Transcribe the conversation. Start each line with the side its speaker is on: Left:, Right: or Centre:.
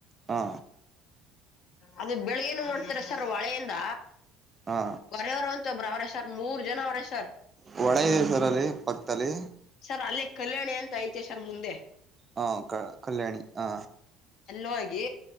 Right: ಹಾ
Left: ಅದೆ ಬೆಳಿಗ್ಗೆನು ಮಾಡ್ತಾರೆ ಸರ್ ಹೊಳೆಯಿಂದ
Right: ಹಾ
Left: ಹೊರ ಹೊರೋನ್ ಇತ್ತೊಬ್ರ್ ಅವ್ರೇ ಸರ್ ಮೂರ್ ಜನ ಅವ್ರೇ ಸರ್.
Right: ಹೊಳೆ ಏನ್ ಸರ್ ಅಲ್ಲಿ ಪಕ್ತಲ್ಲಿ
Left: ಸರ್ ಅಲ್ಲೇ ಕಲ್ಯಾಣಿ ಅಂತ ಐತೆ ಸರ್ ಮುಂದೆ
Right: ಹಾ ಕ ಕಲ್ಯಾಣಿ ಆ
Left: ಅಲ್ಲೊಗಿ